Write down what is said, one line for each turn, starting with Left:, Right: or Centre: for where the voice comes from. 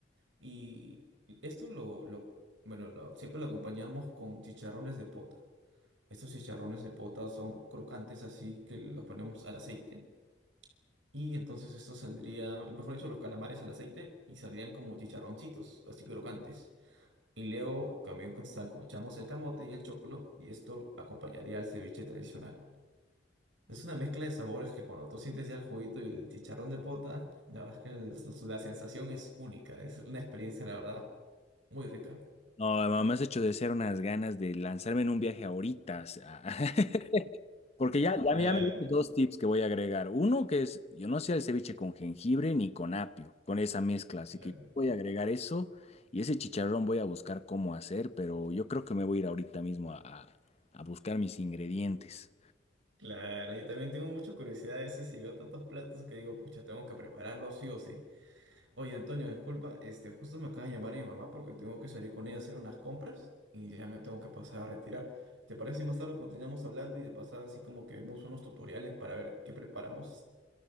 Right: Y esto lo, lo bueno, lo- siempre lo acompañamos con chicharrones de pota. Estos chicharrones de pota son crocantes así que los ponemos al aceite. Y entonces esto saldría, mejor dicho, los calamares al aceite y saldrían como chicharroncitos, así crocantes. Y luego también con saco echamos el camote y el choclo y esto acompañaría al ceviche tradicional. Es una mezcla de sabores que cuando tú sientes ya el juguito y el chicharrón de pota, la verdad es que el- la sensación es única, es una experiencia, la verdad, muy rica.
Left: No, mamá, me has hecho de ser unas ganas de lanzarme en un viaje ahorita, o sea, <laughs> Porque ya, ya,
Right: Claro,
Left: me- ya me diste dos tips que voy a agregar. Uno que es, yo no hacía el ceviche con jengibre ni con apio, con esa mezcla. Así
Right: claro,
Left: que voy a agregar eso y ese chicharrón voy a buscar cómo hacer, pero yo creo que me voy a ir ahorita mismo a, a- a buscar mis ingredientes.
Right: claro. Yo también tengo mucha curiosidad a veces si veo tantos platos que digo, pucha, tengo que prepararlos sí o sí. Oye, Antonio, disculpa, este, justo me acaba de llamar mi mamá porque tengo que salir con ella a hacer unas compras y ya me tengo que pasar a retirar. ¿Te parece si más tarde continuamos hablando y de pasada así como que vemos unos tutoriales para ver qué preparamos?